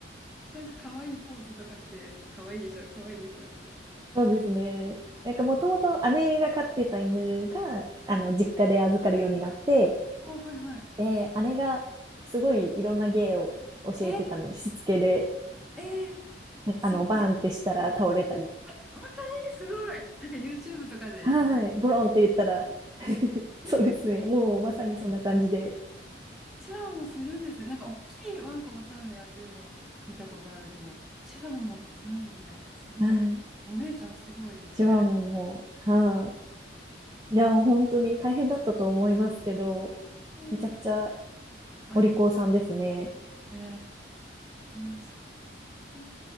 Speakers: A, in the centre; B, on the right.
A: なんかかわいいポーズとかして、かわいいでしょ、かわいいでしょ、みたいな。ん
B: そうですね。なんかもともと姉が飼ってた犬が、あの、実家で預かるようになって、
A: あ、はいはい。
B: で、姉がすごいいろんな芸を教えてたので、
A: えー
B: しつけで、
A: ええ
B: なんかあの、
A: すごい。
B: バーンってしたら倒れたり、
A: えー本当にすごい。なんか YouTube とかで見ます。
B: はい、ゴロンって言ったら <laughs>
A: え
B: そうですね。もうまさにそんな感じで、
A: えチワワもするんですね。なんか大きいワンコがそういうのやってるのを見たことあるけど、チワワもするんですね。すごい。
B: はい、う
A: お姉ちゃんすごいですね。
B: ちはもう、もう、はい、いや、本当に大変だったと思いますけど、
A: えを
B: めちゃくちゃ
A: あ、
B: お利口さんですね。
A: いいよ。へえーそう。うん